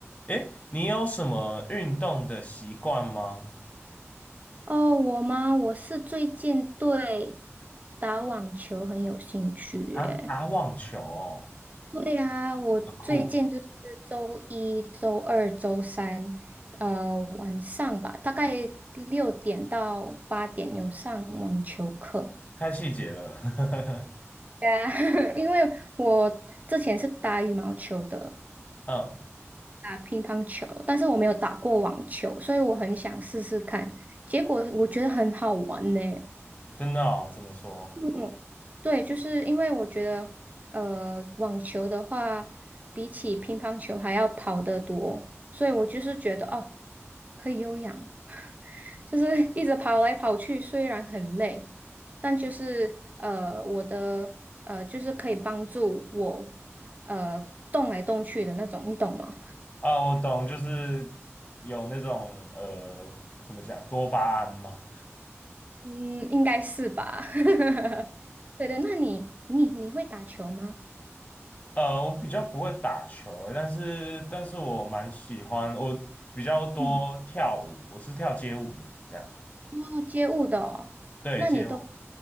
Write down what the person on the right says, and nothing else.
哦，我吗？我是最近对打网球很有兴趣耶。
对啊，我最近就是周一周二周三，
呃，晚上吧，大概六点到八点有上网球课。
对啊，<laughs> 因为我之前是打羽毛球的，
打乒乓球，但是我没有打过网球，所以我很想试试看。结果我觉得很好玩呢。
嗯对，就是因为我觉得，呃，网球的话，比起乒乓球还要跑得多，所以我就是觉得哦，可以有氧，<laughs> 就是一直跑来跑去，虽然很累，但就是呃，我的呃，就是可以帮助我呃动来动去的那种，你懂吗？
嗯，应该是吧。<laughs> 对对，那你你你会打球吗？
嗯。
哦，街舞的哦，
那你都